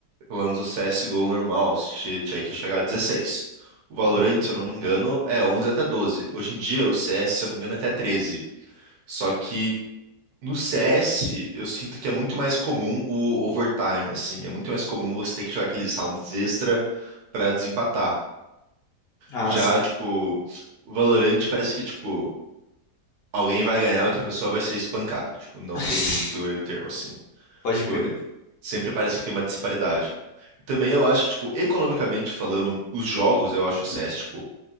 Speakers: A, on the right; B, on the left.
A: pelo menos o CSGO normal, você tinha que chegar a dezesseis O Valorant,
B: Uhum.
A: se eu não me engano, é 11 até doze Hoje em dia, o CS, se eu não me engano, é até treze Só que No CS, eu sinto que é muito mais comum o overtime, assim. É muito mais comum você ter que jogar aqueles rounds extra pra desempatar.
B: Ah,
A: Já,
B: sim.
A: tipo, o Valorant parece que, tipo, alguém vai ganhar, outra pessoa vai ser espancada. Tipo, não
B: <laughs>
A: tem muito meio termo, assim.
B: Pode
A: Tipo,
B: crer.
A: sempre parece que tem uma disparidade. E também eu acho que, tipo, economicamente falando, os jogos, eu acho o CS, tipo,